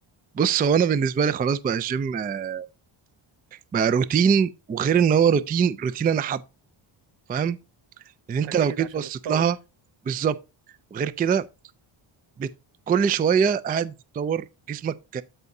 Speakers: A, on the right; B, on the right.
A: بص هو أنا بالنسبة لي خلاص بقى الجيم آه، بقى روتين وغير إن هو روتين روتين أنا حابه فاهم لأن أنت
B: اكيد
A: لو جيت
B: عشان
A: بصيت
B: بتتطور
A: لها بالظبط وغير كده بت... كل شوية قاعد بتتطور جسمك